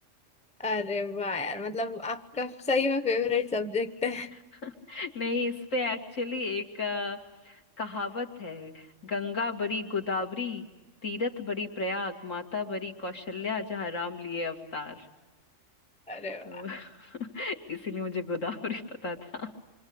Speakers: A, in the centre; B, on the left.
A: अरे वाह यार मतलब आपका सही में फेवरेट सब्जेक्ट है
B: <laughs> नहीं इस पे एक्चुअली एक कहावत है गंगा बरी गोदावरी तीरथ बरी प्रयाग माता बरी कौशल्या जहाँ राम लिए अवतार
A: अरे वाह
B: तो <laughs> इसीलिए मुझे गोदावरी <laughs> पता था